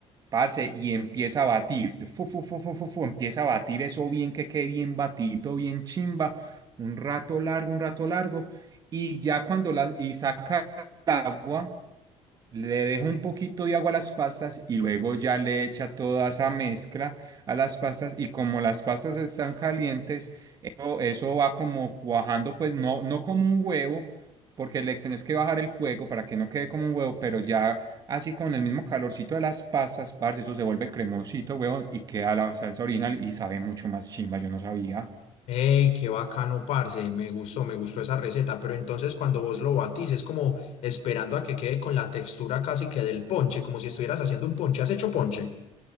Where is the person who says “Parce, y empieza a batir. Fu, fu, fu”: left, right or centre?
Right